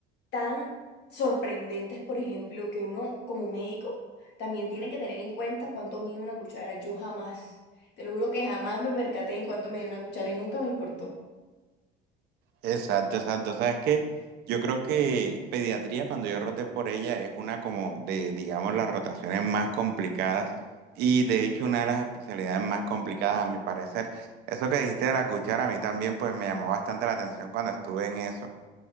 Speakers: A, on the left (about 55°); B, on the right (about 55°).
A: tan sorprendentes, por ejemplo, que uno como médico también tiene que tener en cuenta cuánto mide una cuchara. Yo jamás, te lo juro que jamás me percaté en cuánto medía una cuchara y nunca me importó.
B: Exacto, exacto. Sabes que yo creo que pediatría, cuando yo roté por ella, es una como de, digamos, las rotaciones más complicadas y de hecho una de las especialidades más complicadas a mi parecer. Eso que dijiste de la cuchara, a mí también pues me llamó bastante la atención cuando estuve en eso.